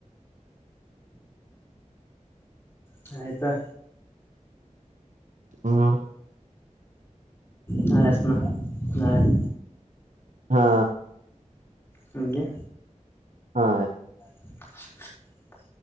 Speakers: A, on the left (about 20°); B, on the right (about 75°).
A: ಹ <inaudible> ಆತಾ
B: ಹಾ
A: ನಳೆಸನ ನಳೆ
B: ಹಾ
A: ಹಾ ಗೆೇ
B: ಹಾ ಆಯ್ತು
A: <inaudible>